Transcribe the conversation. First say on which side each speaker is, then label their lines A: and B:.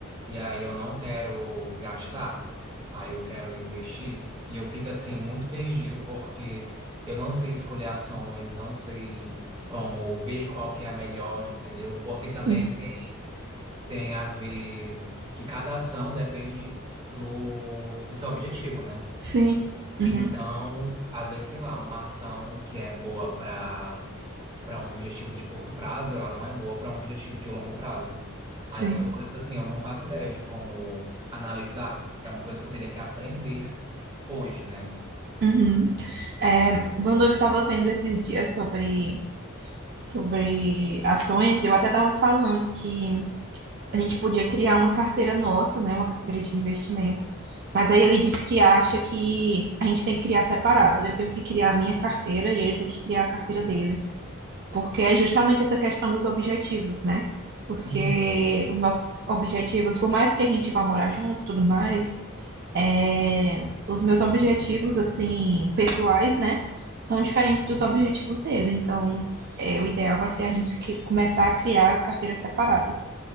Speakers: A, on the right; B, on the right.
A: E aí eu não quero gastar, aí eu quero investir. E eu fico assim muito perdido, porque eu não sei escolher ações, não sei como ver qual que é a melhor, entendeu? Porque também
B: Sim,
A: tem, tem a ver que cada ação depende do, do seu objetivo, né?
B: sim, uhum,
A: Então, às vezes, sei lá, uma ação que é boa para para um objetivo de curto prazo, ela não é boa para um objetivo de longo prazo.
B: sim,
A: Aí essas coisas assim, eu não faço ideia de como analisar. É uma coisa que eu teria que aprender hoje, né?
B: uhum. É, o meu noivo estava vendo esses dias sobre, sobre ações, eu até estava falando que a gente podia criar uma carteira nossa, né, uma carteira de investimentos, mas aí ele disse
A: Sim.
B: que acha que a gente tem que criar separado, eu tenho que criar a minha carteira e ele tem que criar a carteira dele, porque é justamente essa questão dos objetivos, né? Porque
A: Uhum.
B: os nossos objetivos, por mais que a gente vá morar junto e tudo mais, É, os meus objetivos, assim, pessoais, né, são diferentes
A: Sim,
B: dos objetivos dele. Então, é, o ideal vai ser a gente que- começar a criar carteiras separadas.